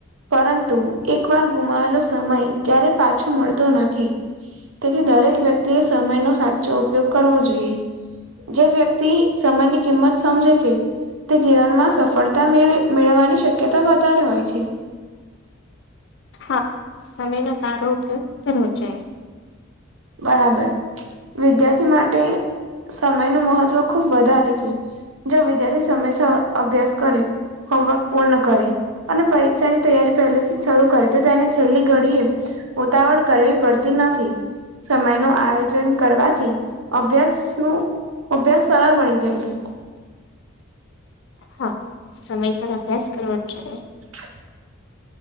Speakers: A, on the right; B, on the left.
A: પરંતુ એક વાર ગુમાયેલો સમય ક્યારે પાછો મળતો નથી. તેથી દરેક વ્યક્તિએ સમયનો સાચો ઉપયોગ કરવો જોઈએ. જે વ્યક્તિ સમયની કિંમત સમજે છે તે જીવનમાં સફળતા મેવી મેળવવાની શક્યતા વધારે હોય છે.
B: હા સમયનો સારો ઉપયોગ કરવો જોઇએ.
A: બરાબર વિદ્યાર્થી માટે. સમયનું મહત્વ ખૂબ વધારે છે જો વિદ્યાર્થી સમય અભ્યાસ કરે. હોમવર્ક પૂર્ણ કરે અને પરીક્ષાની તૈયારી પહેલેથી જ શરૂ કરે તો તેને છેલ્લી ઘડીએ. ઉતાવળ કરવી પડતી નથી. સમય નું આયોજન કરવાથી અભ્યાસ નું. અભ્યાસ સરળ બની જાય છે.
B: હા સમયસર અભ્યાસ કરવો જ જોઈએ.
A: <inaudible>